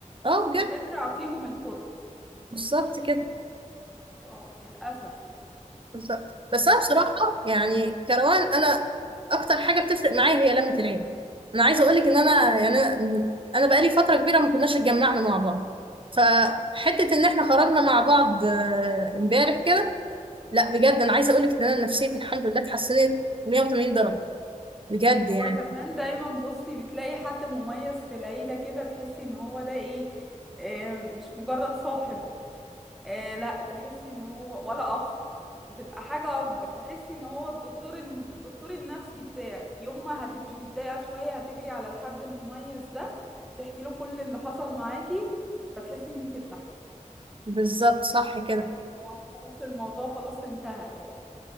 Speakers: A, on the right; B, in the centre.
A: اه بجد
B: بتزرع فيهم الكره
A: بالظبط كده
B: اه للأسف يعني
A: بالظبط بس انا
B: آه،
A: بصراحه يعني كروان انا اكتر حاجه بتفرق معايا هي لمه العيله انا عايزه اقول لك ان انا يعني انا أنا بقالي فتره كبيره ما كناش اتجمعنا مع بعض فحته ان احنا خرجنا مع بعض آه، امبارح كده لا بجد انا عايزه اقول لك ان انا نفسيتي الحمد لله اتحسنت 180 درجه بجد يعني
B: هو كمان دايما بصي بتلاقي حد مميز في العيلة كده تحسي ان هو ده ايه آه، مش مجرد صاحب آه، لا تحسي ان هو ولا اخ بتبقى حاجة اكبر تحسي ان هو الدكتور الم- الدكتور النفسي بتاعي يوم ما هتبقي متضايقة شوية هتجري على الحد المميز ده تحكي له كل اللي حصل معاكي فتحسي ان انتي ارتحتي
A: بالظبط صح كده
B: خلاص آه، خلاص الموضوع خلاص انتهى يعني